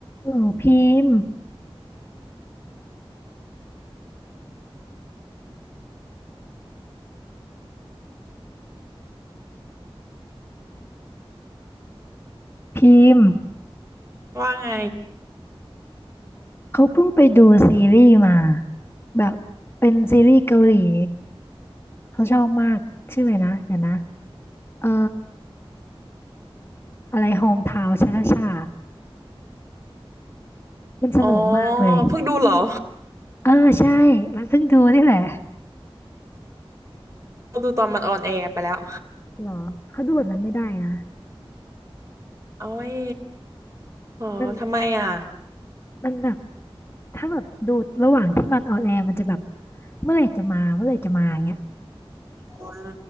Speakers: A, on the left; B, on the right.
A: หนูพิมพ์พิมพ์
B: ว่าไง
A: เขาเพิ่งไปดูซีรีส์มาแบบเป็นซีรีส์เกาหลีเขาชอบมากชื่ออะไรนะเดี๋ยวนะเอ่ออะไรโฮมทาวน์ช่าช่าชามันสนุกมากเลย
B: อ๋อเพิ่งดูเหรอ
A: เออใช่มันเพิ่งดูนี่แหละ
B: <laughs> ดูตอนมันออนแอร์ไปแล้ว
A: เหรอเขาดูแบบนั้นไม่ได้นะ
B: โอ้ยอ๋อทำไมอ่ะ
A: มันมันแบบถ้าแบบดูระหว่างที่มันออนแอร์มันจะแบบเมื่อไหร่จะมาเมื่อไหร่จะมาอย่างเงี้ย
B: อ๋อ